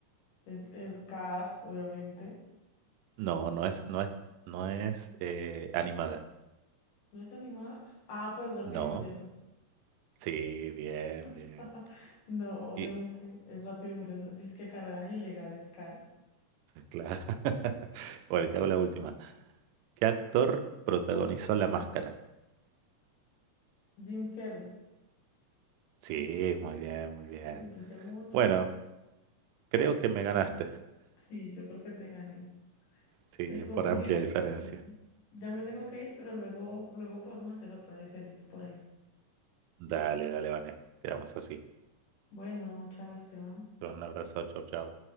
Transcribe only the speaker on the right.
No, no es, no es, no es eh, animada.
No,
sí, bien, bien.
Y
claro. <laughs> Bueno, y te hago la última. ¿Qué actor protagonizó La Máscara?
Sí, muy bien, muy bien.
Bueno, creo que me ganaste,
sí,
por
amplia
diferencia.
Dale, dale, Vané. Quedamos así.
Un abrazo, chau, chau.